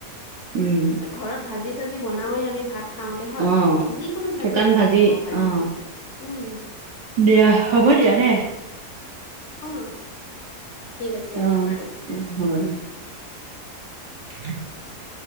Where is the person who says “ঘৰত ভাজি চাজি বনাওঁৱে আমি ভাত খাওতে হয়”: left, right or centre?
Left